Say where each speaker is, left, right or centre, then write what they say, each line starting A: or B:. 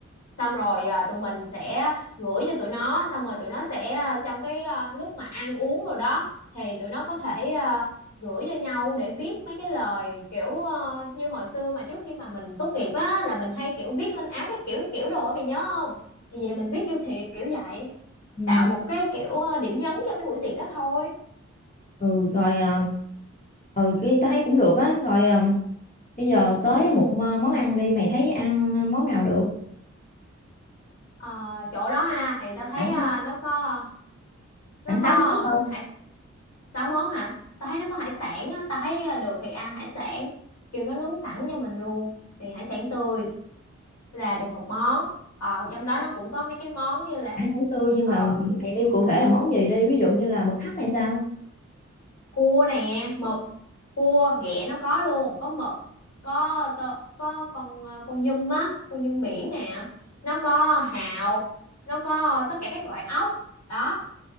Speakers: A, on the left (about 60°); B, on the left (about 30°).
A: xong rồi à, tụi mình sẽ gửi cho tụi nó xong rồi tụi nó sẽ à, trong cái à, lúc mà ăn uống rồi đó thì tụi nó có thể à, gửi cho nhau để viết mấy cái lời kiểu à, như hồi xưa mà trước khi mà mình tốt nghiệp á là mình hay kiểu viết lên áo cái kiểu cái kiểu đồ á mày nhớ thì giờ mình viết vô thiệp kiểu vậy
B: Ừ.
A: tạo một cái kiểu ờ, điểm nhấn cho cái buổi tiệc đó thôi
B: Ừ rồi à, ừ cái tao thấy cũng được á rồi à, bây giờ tới một m- món ăn đi mày thấy ăn món nào được?
A: Ờ, chỗ đó ha thì tao thấy
B: Khoảng
A: ờ,
B: à,
A: nó có nó
B: khoảng
A: có
B: 6 món
A: ừm, hải sáu món hả tao thấy nó có hải sản á tao thấy ờ, được thì ăn hải sản kiểu nó nướng sẵn cho mình luôn thì hải sản tươi là được một món ờ trong đó
B: thôi.
A: nó cũng có mấy cái món như là
B: hải sản tươi nhưng
A: ờ
B: mà mày nêu cụ thể là món gì đi ví dụ như là mực hấp hay sao
A: cua nè mực cua ghẹ nó có luôn có mực có tơ, có con ờ, con nhum á con nhum biển nè nó có hàu nó có tất cả các loại ốc đó